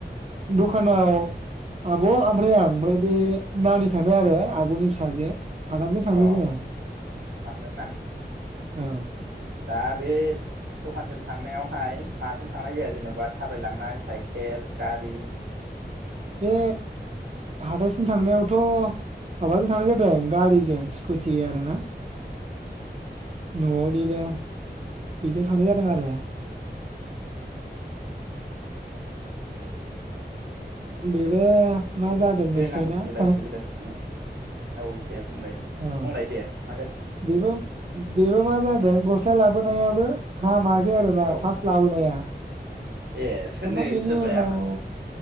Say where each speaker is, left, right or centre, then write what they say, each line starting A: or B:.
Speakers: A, on the right; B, on the right.
A: दखानाव आब' ओमफ्राय आं ओमफ्राय बे नानि थांदों आरो आब'नि फिसाजो साथामजों थांदों
B: औ
A: जोङो
B: साथामजोंना
A: औ।
B: दा बे दखानसिम थांनायावहाय माजों थांनाय जाया जेनबा थाबायलांनाय साइकेल। गारि
A: बे हाथायसिम थांनायावथ माबाजों थांनाय जादों गारिजों स्कुटि आरोना। न'निनो। बेजों थांनाय जादों आरो बेबो मा जादों
B: बेरायनांगौ
A: मोनथिबाय ना
B: बेलासि
A: हो
B: बेलासिनो औ दे बुंलाय
A: औ
B: बुंलाय दे मा जादों?
A: बेबो बेबो मा जादों गस्ला लाबोनायाबो हामासखै आरो ना
B: औ
A: फास लाबोनाया।
B: ए सोरनि
A: दाना बेनि
B: सोर
A: उनाव
B: लायामोन?